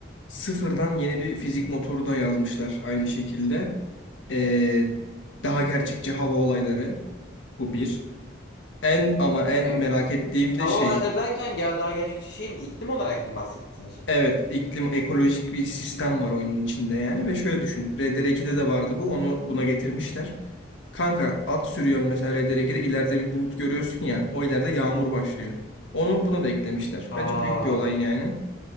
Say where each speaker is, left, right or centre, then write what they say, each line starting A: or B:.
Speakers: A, on the left (about 80°); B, on the left (about 60°).
A: Sıfırdan yeni bir fizik motoru da yazmışlar aynı şekilde. Ee, daha gerçekçi hava olayları. Bu bir. En ama en
B: Evet.
A: merak ettiğim de
B: Hava
A: şey.
B: olayları derken gel daha gerçekçi şey mi? İklim olarak mı bahsettiğin şey?
A: Evet, iklim ekolojik bir sistem var oyunun içinde yani ve şöyle düşün. RDR 2'de de vardı bu. Onu buna getirmişler. Kanka at sürüyorsun mesela RDR 2'de ileride bir bulut görüyorsun ya. O ileride yağmur başlıyor. Onu buna da eklemişler.
B: Aa,
A: Bence büyük bir olay yani.